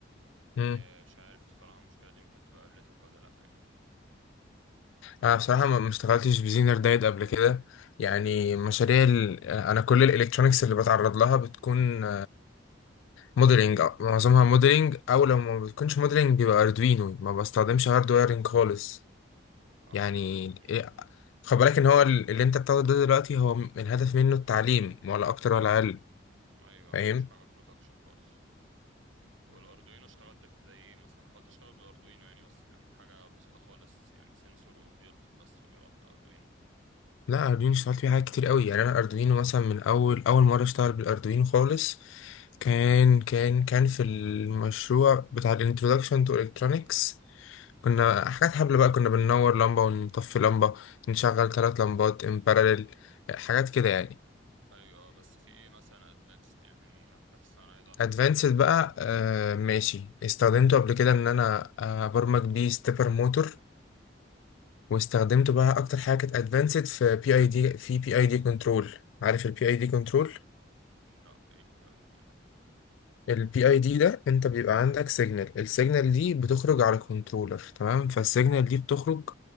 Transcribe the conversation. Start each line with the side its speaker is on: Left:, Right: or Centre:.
Left: امم
Right: آه، مش عارف الصراحة المشكلة دي ممكن تبقى قابلتك ولا لأ يعني
Left: انا بصراحه ما ما اشتغلتش بزينر دايت قبل كده يعني مشاريع ال... انا كل الالكترونيكس اللي بتعرض لها بتكون موديلنج معظمها موديلنج او لو ما بتكونش موديلنج بيبقى اردوينو ما بستخدمش هاردويرنج خالص
Right: اه
Left: يعني
Right: أنا لأ. مم.
Left: إيه- خد بالك ان هو ال- اللي انت بتاخده ده دلوقتي هو م- الهدف منه التعليم ولا اكتر ولا اقل
Right: أيوه
Left: فاهم
Right: مش حاجة برودكشن خالص والأردوينو اشتغلت في زي إيه مثلا حاولت أشتغل بالأردوينو يعني بس كانت حاجة بسيطة خالص يعني سنسور وبيلقط بس وبيبعت الأردوينو
Left: لا اردوينو اشتغلت فيه حاجات كتير قوي يعني انا اردوينو مثلا من اول اول مره اشتغل بالاردوينو خالص كان كان كان في المشروع بتاع الانترودكشن تو الكترونكس كنا حاجات حبل بقى كنا بننور لمبه ونطفي لمبه نشغل ثلاث لمبات ان باراليل حاجات كده يعني
Right: أيوه بس في إيه مثلا أدفانسد يعني حاسس إن أنا عايز أعرف
Left: ادفانسد
Right: حاجة أدفانسد
Left: بقى
Right: فيه
Left: آه، ماشي استخدمته قبل كده ان انا آه، ابرمج بيه ستيبر موتور واستخدمته بقى اكتر حاجه كانت ادفانسد في بي اي دي في بي اي دي كنترول عارف البي اي دي كنترول
Right: لأ إيه ال PID ده
Left: البي اي دي ده انت بيبقى عندك سيجنال السيجنال دي بتخرج على كنترولر تمام فالسيجنال دي بتخرج